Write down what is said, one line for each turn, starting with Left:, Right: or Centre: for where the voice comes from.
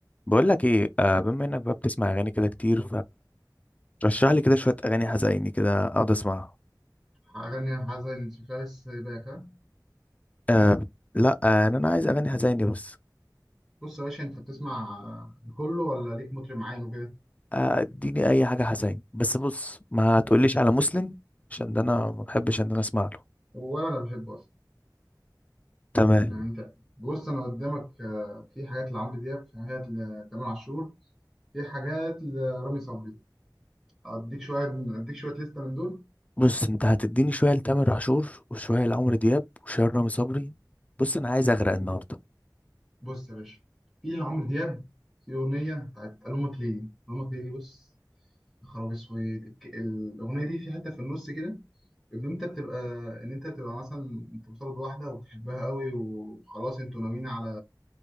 Left: بقول لك ايه آه بما انك بقى بتسمع اغاني كده كتير فرشح لي كده شويه اغاني حزيني كده اقعد اسمعها
Centre: أغاني حزين شكلها لسه باك ها
Left: آه بت- لا آه انا عايز اغاني حزيني بس
Centre: بص يا باشا أنت بتسمع كله ولا ليك مطرب معين وكده؟
Left: آه، اديني اي حاجه حزيني بس بص ما تقوليش على مسلم عشان ده انا ما بحبش ان انا اسمع له
Centre: ولا أنا بحبه أصلا
Left: تمام
Centre: يعني أنت بص أنا قدامك آه، في حاجات لعمرو دياب في حاجات لتامر عاشور في حاجات لرامي صبري أديك شوية أديك شوية لستة من دول
Left: بص انت هتديني شويه لتامر عاشور وشويه لعمرو دياب وشويه لرامي صبري بص انا عايز اغرق النهارده
Centre: بص يا باشا في لعمرو دياب في أغنية بتاعت ألومك ليه ألومك ليه دي بص يا خرابي أسود الك- الأغنية دي في حتة في النص كده ان انت بتبقى ان انت بتبقى مثلا انت بترضى واحده وبتحبها قوي وخلاص انتوا ناويين على